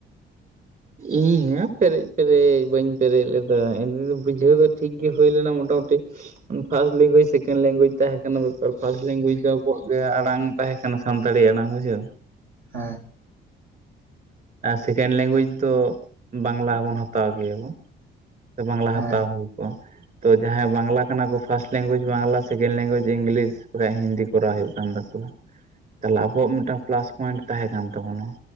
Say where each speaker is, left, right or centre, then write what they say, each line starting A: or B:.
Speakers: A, on the right; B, on the right.
A: <inaudible>
B: ᱤᱧ ᱢᱟ ᱯᱮᱨᱮᱡ ᱯᱮᱨᱮᱡ ᱵᱟᱹᱧ ᱯᱮᱨᱮᱡ ᱞᱮᱫᱟ ᱤᱧ ᱫᱚ ᱵᱩᱡᱷᱟᱹᱣ ᱫᱚ ᱴᱷᱤᱠ ᱜᱮ ᱦᱩᱭ ᱞᱮᱱᱟ ᱢᱚᱴᱟ-ᱢᱩᱴᱤ᱾ ᱯᱷᱟᱥᱴ ᱞᱮᱝᱜᱩᱭᱮᱡ ᱥᱮᱠᱮᱱᱰ ᱞᱮᱝᱜᱩᱭᱮᱡ ᱛᱟᱸᱦᱮ ᱠᱟᱱᱟ ᱵᱮᱯᱟᱨ ᱯᱷᱟᱥᱴ ᱞᱮᱝᱜᱩᱭᱮᱡ ᱫᱚ ᱟᱵᱣᱟᱜ ᱜᱮ ᱟᱲᱟᱝ। ᱛᱟᱸᱦᱮ ᱠᱟᱱᱟ ᱥᱟᱱᱛᱟᱲᱤ ᱟᱲᱟᱝ ᱵᱩᱡᱷᱟᱹᱣ।
A: ᱦᱮᱸ।
B: ᱟᱨ ᱥᱮᱠᱮᱱᱰ ᱞᱮᱝᱜᱩᱭᱮᱡᱽ ᱫᱚ ᱵᱟᱝᱞᱟᱵᱚᱱ ᱦᱟᱛᱟᱣ ᱜᱮᱭᱟᱵᱚᱱ। ᱥᱮ ᱵᱟᱝᱞᱟ
A: ᱦᱮᱸ
B: ᱦᱟᱛᱟᱣ ᱦᱩᱭ ᱠᱚᱜᱼᱟ। ᱛᱚ ᱡᱟᱦᱟᱸᱭ ᱵᱟᱝᱞᱟ ᱠᱟᱱᱟ ᱠᱚ first language Bangla second language English <unintelligible> Hindi ᱠᱚᱨᱟᱣ ᱦᱩᱭᱩᱜ ᱠᱟᱱ ᱛᱟᱠᱚᱣᱟ
A: <inaudible>
B: ᱛᱟᱦᱚᱞᱮ ᱟᱵᱚᱣᱟᱜ ᱢᱤᱫᱴᱟᱝ ᱯᱞᱟᱥ ᱯᱚᱭᱮᱱᱴ ᱛᱟᱦᱮᱸ ᱠᱟᱱ ᱛᱟᱵᱚᱱᱟ